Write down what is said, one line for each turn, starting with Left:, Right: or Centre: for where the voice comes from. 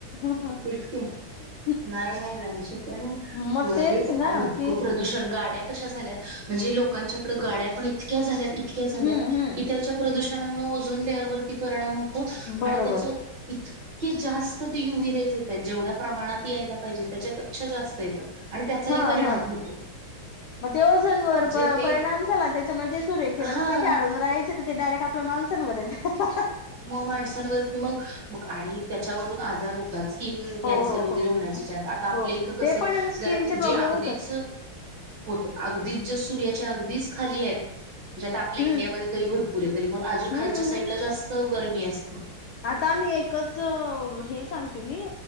Left: ह.
Right: तेच की नाही, नाही, नाही शक्य नाही
Left: मग तेच ना
Right: आणि इतकं
Left: की
Right: प्रदूषण गाड्या कशा झाल्या म्हणजे लोकच्या कडे गाड्या पण इतक्या झाल्या इतक्या झाल्या
Left: हम्म हम्म
Right: की त्याच्या प्रदुषण नामुळ ओझन लेर वरती परिणाम होत,
Left: बरोबर
Right: आणि त्या इतके जास्त ते युयेरेस जेवढ्या प्रमाणात यायला पाहिजे त्याच्यापेक्षा जास्त येत, आणि त्याचाही
Left: हा
Right: परिणाम
Left: हा
Right: होतो.
Left: मग ते ओजन वर
Right: म्हणजे
Left: परिणाम
Right: ते
Left: झाला त्याच्या मुळे ते सूर्य किरण
Right: हा
Left: तिथ अडून राहायचेय ते डायरेक्ट आपल्या माणसांवर येता.
Right: मग माणसांवरती मग आणि त्याच्यावरून आजार हो ता स्किन
Left: हो
Right: कॅन्सर
Left: हो
Right: वगैरे
Left: हो
Right: होण्याचे चान्स आता आपल्या
Left: हो
Right: इथं कसं
Left: ते पण स्किनचे
Right: जरा
Left: प्रॉब्लेम
Right: जे अगदीच
Left: होतात
Right: होत अगदीच ज सूर्याच्या अगदीच खालीयेत ज्यात आपल्या
Left: हम्म
Right: इंडिया मध्ये तरी भरपूरे अजून खालच्या
Left: हम्म
Right: साईडला
Left: हम्म
Right: जास्त गरमी असती.
Left: आता आम्ही एकच हे सांगते मी